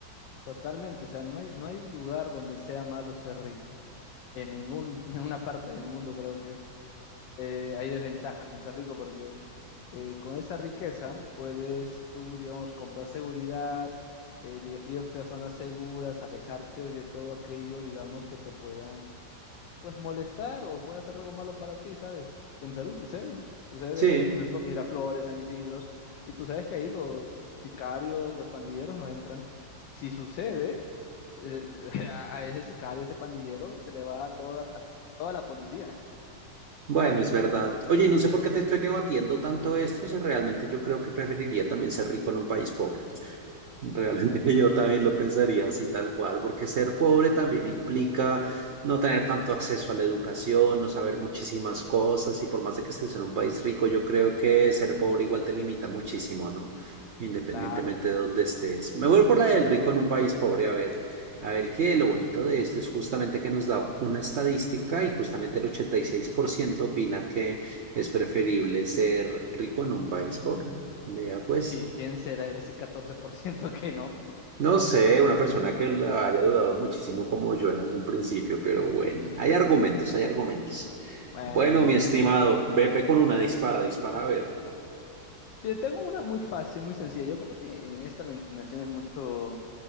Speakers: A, on the left; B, on the right.
A: totalmente, o sea, no hay, no hay lugar donde sea malo ser rico. En ningún, <laughs> ninguna parte del mundo creo que eh, hay desventajas en ser rico porque eh, con esa riqueza puedes tú, digamos, comprar seguridad, eh, di- irte a zonas seguras, alejarte de todo aquello, digamos, que te pueda, pues, molestar o pueda hacer algo malo para ti, ¿sabes? En Perú sucede, sucede
B: Sí,
A: que, por ejemplo, Miraflores, San Isidros, y tú sabes que ahí los sicarios, los pandilleros no entran. Si sucede, se- <laughs> a, a ese sicario, ese pandillero, se le va toda, toda la policía.
B: bueno, es verdad. Oye, no sé por qué te estoy debatiendo tanto esto, si realmente yo creo que preferiría también ser rico en un país pobre. Realmente <laughs> yo también lo pensaría así tal cual, porque ser pobre también implica no tener tanto acceso a la educación, no saber muchísimas cosas y por más de que estés en un país rico,
A: Mm,
B: yo creo que ser pobre igual te limita muchísimo, ¿no? Independientemente
A: claro.
B: de dónde estés. Me voy por la del rico en un país pobre, a ver, a ver qué lo bonito
A: Bien,
B: de
A: bien.
B: esto es justamente que nos da una estadística y justamente el 86% opina que es preferible ser rico en un país pobre. Vea pues.
A: ¿Y quién será ese 14% que no?
B: No sé, una persona que la haya dudado muchísimo como yo en algún principio, pero bueno,
A: Mm,
B: hay argumentos, hay argumentos.
A: bueno,
B: Bueno,
A: bueno,
B: mi estimado,
A: bueno.
B: ve, ve con una dispara, dispara a ver.
A: Yo tengo una muy fácil, muy sencilla. Yo creo que en esta la inclinación es mucho